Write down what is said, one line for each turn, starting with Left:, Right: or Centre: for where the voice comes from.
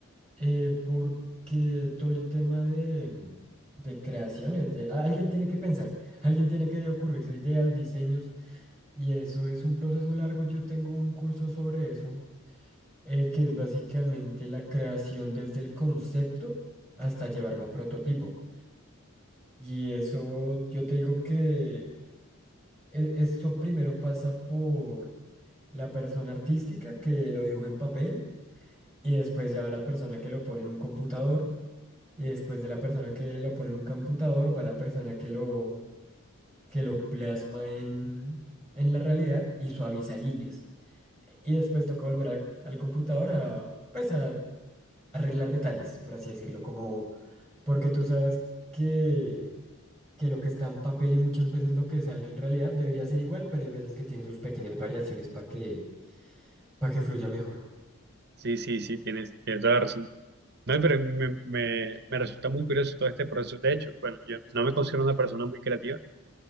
Centre: eh, porque todo el tema de, de creaciones, de, a- alguien tiene que pensar, alguien tiene que ocurrirse ideas, diseños y eso es un proceso largo. Yo tengo un curso sobre eso, eh, que es básicamente la creación desde el concepto hasta llevarlo a prototipo. Y eso, yo te digo que e- esto primero pasa por la persona artística que lo dibuja en papel y después ya va la persona que lo pone en un computador y después de la persona que lo pone en un computador va la persona que lo, que lo plasma en, en la realidad y suaviza líneas. Y después toca volver al, al computador a, pues a arreglar detalles, por así decirlo, como porque tú sabes que... que lo que está en papel y muchas veces lo que sale en realidad debería ser igual, pero hay veces que tiene sus pequeñas variaciones para que, para que fluya mejor.
Right: Sí, sí, sí, tienes, tienes toda la razón. No, pero me, me, me resulta muy curioso todo este proceso. De hecho, bueno, yo no me considero una persona muy creativa,